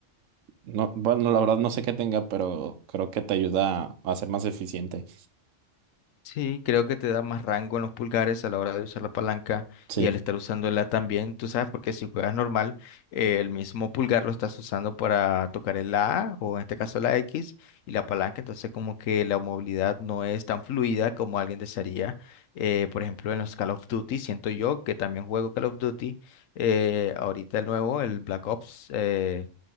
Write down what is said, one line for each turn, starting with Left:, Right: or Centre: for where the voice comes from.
Right: No, bueno, la verdad no sé qué tenga, pero creo que te ayuda a ser más eficiente.
Left: Sí, creo que te da más rango en los pulgares a la hora de usar la palanca
Right: Sí,
Left: y al estar usándola también, tú sabes, porque si juegas normal, eh, el mismo pulgar lo estás usando para tocar el A o en este caso la X y la palanca, entonces como que la movilidad no es tan fluida como alguien desearía. Eh, por ejemplo, en los Call of Duty, siento yo que también juego Call of Duty, eh, ahorita el nuevo, el Black Ops, eh,